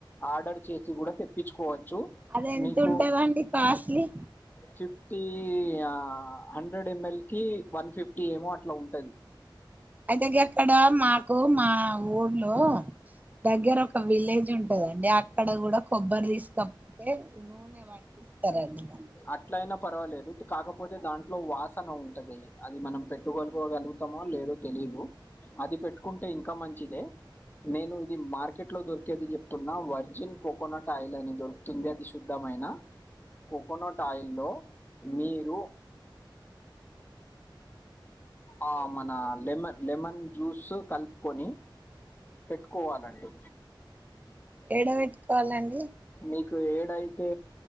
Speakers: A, on the left; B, on the right.
A: ఆర్డర్ చేసి కూడా తెప్పించుకోవచ్ చ్చు
B: అది ఎంత
A: మీకూ
B: ఉంటదండి కాస్ట్లీ
A: చేప్ టీ హా హండ్రెడ్ ఎంఎల్ కి వన్ ఫిఫ్టీ ఏమో అట్లా ఉంటది
B: అయితే గక్కడ మాకు మా ఊళ్లో దగ్గర ఒక విలేజ్ ఉంటదండి అక్కడ కూడా కొబ్బరి తీస్క తే నూనె పట్టిస్తారు అండి మ
A: అట్లా అయినా పర్వాలేదు కాకపోతే దాంట్లో వాసన ఉంటది అది మనం పెట్టుకోగలుగుతామో లేదో తెలి దు అది పెట్టుకుంటే ఇంకా మంచిదే నేను ఇది మార్కెట్ లో దొరికేది చెప్తున్నా వర్జిన్ కోకోనట్ ఆయిల్ అని దొరుకుతుంది అది శుద్ధమై అయినా కోకోనట్ ఆయిల్లో మీరు ఆ మన లెమ లెమన్ జ్యూస్ కలుపుకొని పెట్టుకోవాలి అండి
B: ఏడ పెట్టుకోవాలి అండి
A: మీకు ఏడ అయితే